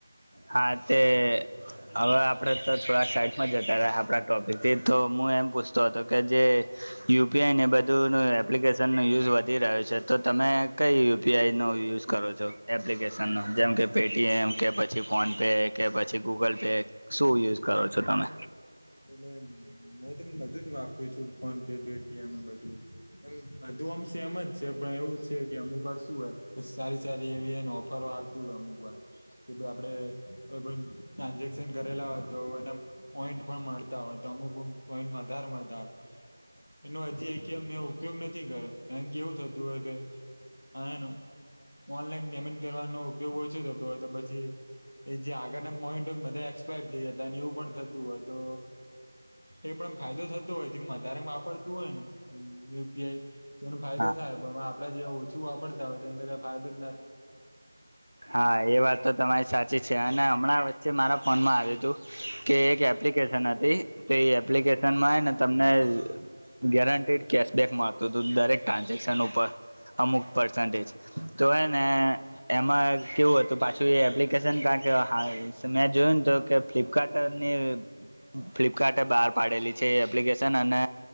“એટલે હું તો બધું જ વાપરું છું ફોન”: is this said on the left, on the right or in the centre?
Left